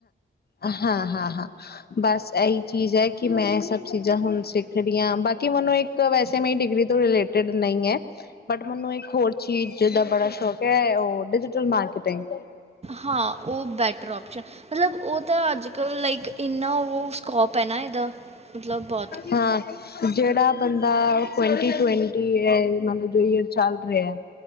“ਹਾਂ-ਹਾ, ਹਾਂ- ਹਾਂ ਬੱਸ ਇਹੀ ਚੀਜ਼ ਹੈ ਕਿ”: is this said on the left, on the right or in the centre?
Left